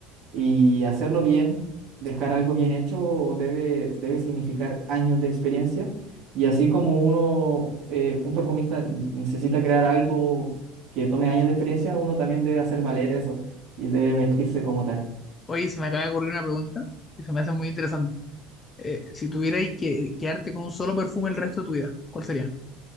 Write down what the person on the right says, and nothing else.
Y hacerlo bien, dejar algo bien hecho, debe, debe significar años de experiencia. Y así como uno, eh, un perfumista necesita crear algo que tome años de experiencia, uno también debe hacer valer eso y debe vestirse como tal. <laughs>